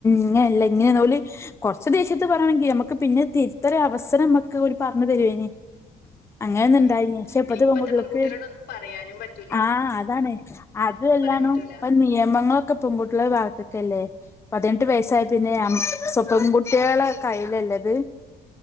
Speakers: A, on the left; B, on the left.
A: ഇങ്ങനെല്ല ഇങ്ങനേന്നോല് കൊർച്ച ദേശ്യത്ത് പർ ഞ്ഞാണെങ്കി ഞമ്മക്ക് പിന്നെത് തിര്ത്താ ഒരു അവസരം ഞമ്മക്ക് ഓല് പർഞ്ഞ് തരുവേനി. അങ്ങനൊന്ന്
B: ഉം
A: ഇണ്ടായിന് ക്ഷേ ഇപ്പത്തെ
B: അയിന്
A: പെങ്കുട്ടിയേൾക്ക്
B: പെൺകുട്ടികളോടൊന്നും പറയാനും പറ്റൂല്ല.
A: ആഹ് അതാണ്. അതുല്ലാനു
B: പറ്റൂല
A: ഇപ്പ നിയമങ്ങളൊ ക്കെ പെങ്കുട്ടിയെളെ ഭാഗത്ത്ക്കല്ലേ? പതിനെട്ട് വയസായ
B: ആഹ്
A: പിന്നെ ഞമ്മ പെങ്കുട്ടിയേളെ കയ്യിലല്ലേത്?